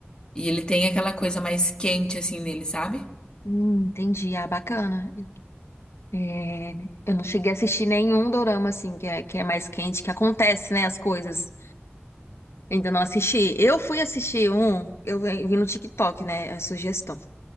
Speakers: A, on the left; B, on the left.
A: E ele tem aquela coisa mais quente assim nele, sabe?
B: Hum, entendi, ah, bacana. É, né? eu não cheguei a assistir nenhum dorama, assim, que é, que é mais quente, que acontece, né, as coisas. Eu ainda não assisti. Eu fui assistir um, eu vi no TikTok, né, a sugestão.